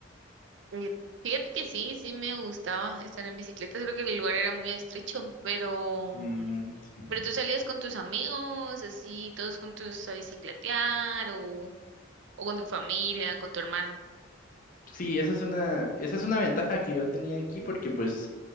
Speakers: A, on the right; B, on the left.
A: Eh, fíjate que sí, sí me gustaba estar en bicicleta, creo que el lugar era muy estrecho, pero, mm,
B: Mm, sí.
A: pero tú salías con tus amigos, así, todos juntos a bicicletear, o, o con tu familia, con tu hermano.
B: Sí, esa es una, esa es una ventaja que yo tenía aquí porque pues